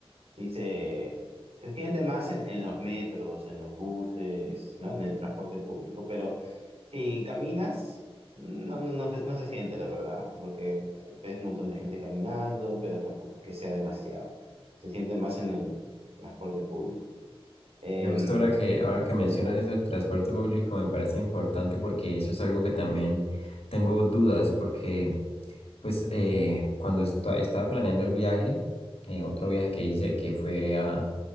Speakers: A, on the right; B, on the left.
A: Sí, se, se siente más en, en los metros, en los buses, ¿no? En el transporte público, pero si caminas, no, no, no se, no se siente, la verdad, porque hay- ves un montón de gente caminando, pero tampoco es que sea demasiado. Se siente más en el transporte público. Em,
B: Y justo ahora que, ahora que mencionas eso del transporte público me parece importante porque eso es algo que también tengo dudas porque Pues eh, cuando est- estaba planeando el viaje, eh, otro viaje que hice que fue a,